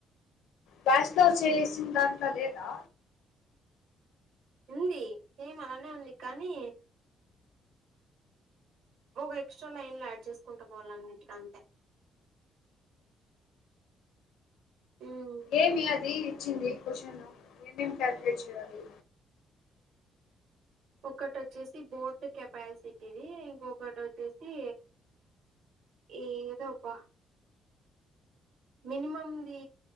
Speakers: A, on the left; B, on the right.
A: బ్యాస్వ్ చేసిందంతా లేదా
B: ఉంది సేమ్ అలానే ఉంది కానీ ఒక ఎక్స్ట్రా లైన్ యాడ్ చేసుకుంటా పోవాలి అన్నిటికి అంతే ఉమ్,
A: ఏమి అది ఇచ్చింది క్వశ్చన్ను ఏమేమి క్యాల్కు్యులేట్ చేయాలి
B: ఒకటి వచ్చేసి బోర్డు కెపాసిటీది ఇంకొకటి వచ్చేసి ఏదోబ్బా మినిమంది